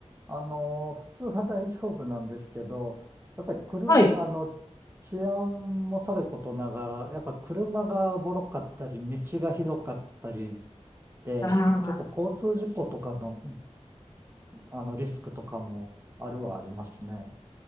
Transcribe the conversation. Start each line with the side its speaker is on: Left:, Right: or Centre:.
Right: あの、普通は大丈夫なんですけど、やっぱり車、
Left: はい。
Right: あの、治安もさることながら、やっぱ車がボロかったり、道がひどかったりで、
Left: あー
Right: 結構交通事故とかの、あのリスクとかもあるはありますね。